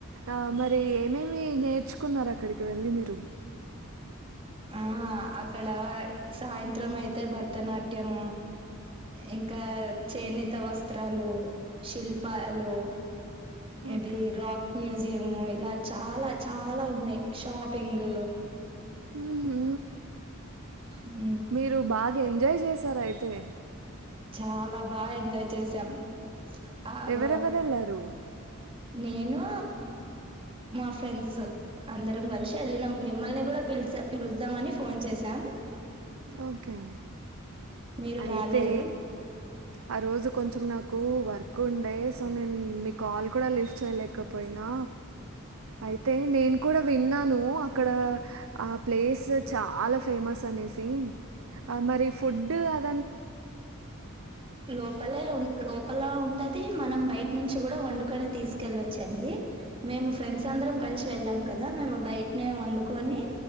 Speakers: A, on the right; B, on the right.
A: ఆ మరి ఏం ఏం మీ నేర్చుకున్నారు అక్కడికి వెళ్ళి మీరు
B: ఆ అక్కడ సాయంత్రం అయితే భరతనాట్యమ ఇంకా చేనేత వస్త్రాలు శిల్పాలు
A: ఓకే.
B: ఇది రాక్ మ్యూజు ది ఏమో ఇలా చాలా చాలా ఉన్నాయి షాపింగ్
A: హుహు.
B: ఉ
A: మీరు బాగా ఎంజాయ్ చేసారు అయితే
B: చాలా బాగా ఎంజాయ్ చేసాం ఆవ
A: ఎవరెవరెళ్లారు?
B: నేను మా ఫ్రెండ్స్ అందరం కలిసి వెళ్లినం మిమ్మల్ని కూడా పిలిచ పిలుద్దామని ఫోన్ చేసాం
A: ఓకే
B: మీరు
A: అయితే
B: రాలేరు
A: ఆ రోజు కొంచెం నాకు వర్క్ ఉండే సో నేను మీ కాల్ కూడా లిఫ్ట్ చేయలేకపోయినా అయితే నేను కూడా విన్నాను అక్కడ ఆ ప్లేస్ చాలా ఫేమస్ అనే సేమ్ మరి ఫుడ్ అద్
B: లోపలే ఉమ్ లోపలా ఉంటది మనం బయట నుంచి కూడా వండుకొని తీసుకెళ్లొచ్చండి మేము ఫ్రెండ్స్ తో అందరం కలిసి వెళ్ళాం కదా మేము బయ నే వండుకొని